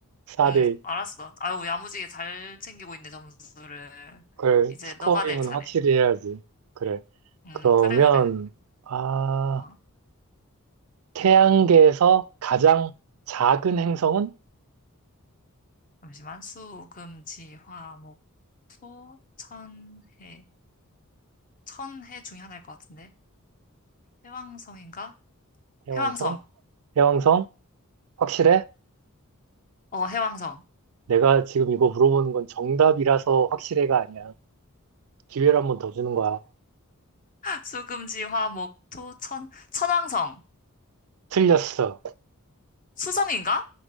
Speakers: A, on the right; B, on the left.
A: 4대2.
B: 응, 알았어. 아유, 야무지게 잘 챙기고 있네, 점수를.
A: 그래,
B: 이제
A: 스코어링은
B: 너가 될 차례.
A: 확실히 해야지. 그래.
B: 음,
A: 그러면,
B: 그래, 그래.
A: 아,
B: 어,
A: 태양계에서 가장 작은 행성은?
B: 잠시만. 수, 금, 지, 화, 목, 소, 천, 해. 천해 중에 하나일 것 같은데. 해왕성인가?
A: 해왕성?
B: 해왕성.
A: 해왕성? 확실해?
B: 어, 해왕성.
A: 내가 지금 이거 물어보는 건 정답이라서 확실해가 아니야. 기회를 한 번 더 주는 거야.
B: <laughs> 수금지, 화, 목, 토, 천, 천왕성.
A: 틀렸어.
B: 수성인가?